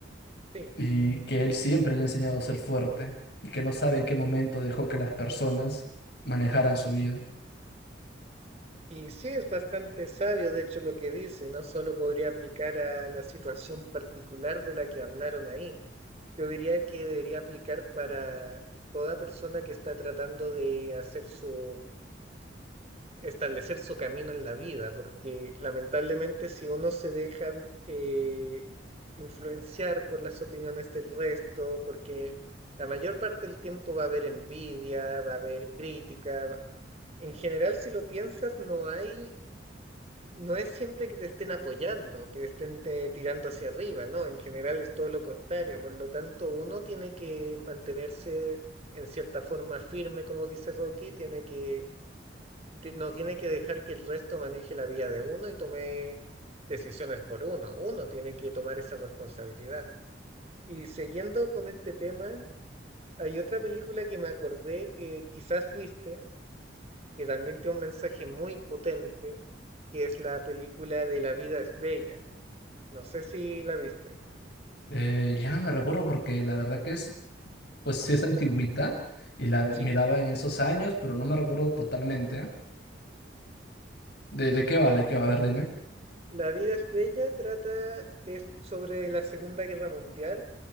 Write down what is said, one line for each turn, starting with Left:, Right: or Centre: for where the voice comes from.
Right: Sí.
Left: y que él siempre le ha enseñado a ser fuerte y que no sabe en qué momento dejó que las personas manejaran su vida.
Right: Y sí, es bastante sabio, de hecho, lo que dice, no solo podría aplicar a la situación particular de la que hablaron ahí Yo diría que debería aplicar para toda persona que está tratando de hacer su, establecer su camino en la vida, porque lamentablemente si uno se deja eh, influenciar por las opiniones del resto, porque la mayor parte del tiempo va a haber envidia, va a haber crítica, va- en general si lo piensas no hay no es siempre que te estén apoyando, que te estén eh, tirando hacia arriba, ¿no? En general es todo lo contrario. Por lo tanto, uno tiene que mantenerse en cierta forma firme, como dice Rocky, tiene que, de- no tiene que dejar que el resto maneje la vida de uno y tome decisiones por uno. Uno tiene que tomar esa responsabilidad. Y siguiendo con este tema, hay otra película que me acordé que quizás viste, que también tiene un mensaje muy potente, que es la película de La vida es bella. No sé si la viste.
Left: Eh, ya no me recuerdo porque la verdad que es, pues sí es antigüita y la miraba
Right: Sí.
Left: en esos años, pero no me recuerdo totalmente, ¿eh? ¿De, de qué va?
Right: Mi,
Left: ¿De qué va? A ver, dime.
Right: La vida es bella trata es sobre la Segunda Guerra Mundial